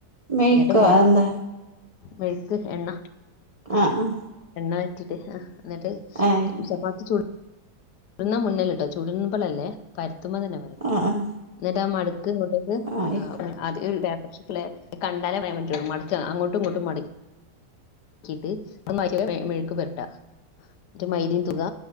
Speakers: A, on the right (about 35°); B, on the left (about 75°).
A: മെയ്ക്കോ
B: ന്നിട്ട്
A: അതെന്താ
B: മെയ്ക്ക് എണ്ണ
A: അഹ് ആഹ്
B: എണ്ണ പെര്റ്റിട്ട് അഹ് ന്നിട്ട്
A: ആഹ് ആയിക്കോട്ടെ
B: ചപ്പാത്തി ചു ന്ന മുന്നില്ടാ ചുടുമ്പളല്ലേ പര്ത്തുമ്പ തന്നെ പരി
A: ആഹ് ആഹ്
B: ന്നിട്ടാ മട്ക്ക്ങ്ങോ <unintelligible>
A: ആഹ് ആയിക്കോ
B: കണ്ടാലേ പറയാൻ പറ്റുള്ളൂ മട്ക്ക് അങ്ങോട്ടും ങ്ങോട്ടും മട് ക്കിട്ട് മെയ് മെയ്ക്ക് പോര്ട്ട ന്നിട്ട് മൈദീ തുക